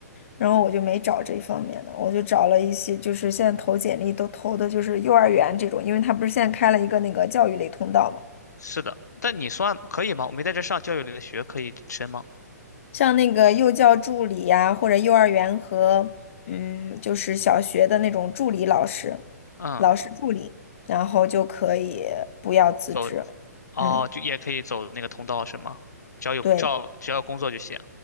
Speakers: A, on the left; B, on the left.
A: 然后我就没找这一方面的，我就找了一些就是现在投简历都投的就是幼儿园这种，因为他不是现在开了一个那个教育类通道嘛。
B: 是的。但你算可以吗？我没在这上教育类的学，可以申吗？
A: 像那个幼教助理呀、或者幼儿园和嗯，就是小学的那种助理老师，
B: 嗯，
A: 老师助理，然后就可以不要辞职。
B: 走，哦，
A: 嗯，
B: 就也可以走那个通道是吗？只要有照，
A: 对，
B: 只要有工作就行。